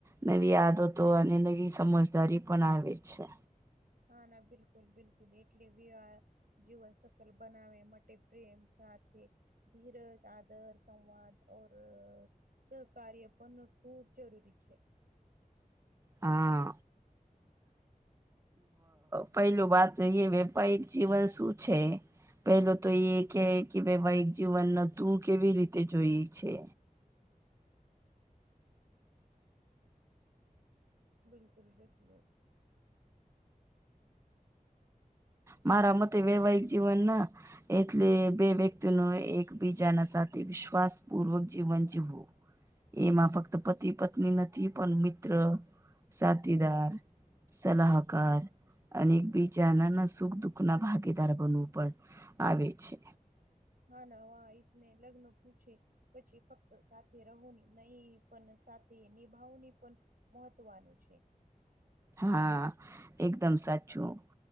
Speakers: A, on the right (about 20°); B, on the right (about 80°).
A: નવી આદતો અને નવી સમજદારી પણ આવે છે.
B: હા, ના બિલકુલ બિલકુલ એટલે વિવા જીવન સફળ બનાવે માટે પ્રેમ સાથે ધીરજ આદર સંવાદ <inaudible> સહકાર્ય પણ ખૂબ જરૂરી છે,
A: હા, પેલ વાત એ વેપારિક જીવન શું છે. પેલો તો એ કે કે વૈવાહિક જીવનને તું કેવી રીતે જોઈ છે,
B: બિલકુલ બિલકુલ
A: મારા મતે વૈવાહિક જીવનના એટલે બે વ્યક્તિએ એકબીજાના સાથે વિશ્વાસ પૂર્વક જીવન જીવવું. એમાં ફક્ત પતિ પત્ની નથી પણ મિત્ર સાથીદાર સલાહકાર અને એક બીજા નાના સુખ દુઃખ ના ભાગીદાર બનવું પણ આવે છે.
B: હા ના હ એને લગ્ન પૂછે? પછી ફક્ત સાથે રહોની નહી પણ સાથે નિભાવની પણ મહત્વનું છે.
A: હા એકદમ સાચું